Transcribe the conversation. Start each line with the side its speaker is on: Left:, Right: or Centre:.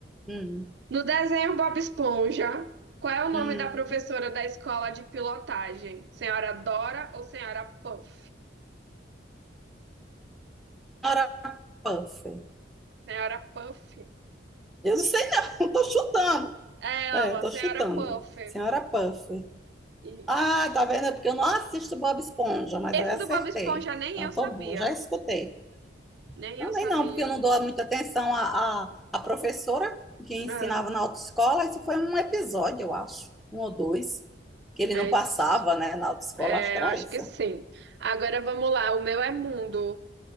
Centre: Hum,
Right: No desenho Bob Esponja, qual é o nome
Centre: hum,
Right: da professora da escola de pilotagem? Senhora Dora ou Senhora Puff?
Centre: Senhora Puffer,
Right: Senhora Puff.
Centre: Eu não sei não, <laughs> tô chutando.
Right: É ela,
Centre: É, tô
Right: Senhora
Centre: chutando.
Right: Puff.
Centre: Senhora Puffer.
Right: Isso.
Centre: Ah, tá vendo? É porque eu não assisto Bob Esponja, mas
Right: Esse
Centre: aí acertei.
Right: do Bob Esponja nem
Centre: Então
Right: eu
Centre: eu
Right: sabia.
Centre: tô boa, já escutei.
Right: Nem
Centre: Também
Right: eu sabia.
Centre: não, porque eu não dou muita atenção à, à, à professora que ensinava
Right: É.
Centre: na autoescola. Isso foi um episódio, eu acho, um ou dois, que ele
Right: É,
Centre: não passava,
Right: isso.
Centre: né, na autoescola,
Right: é,
Centre: acho que era
Right: eu acho
Centre: isso.
Right: que sim. Agora vamos lá, o meu é mundo.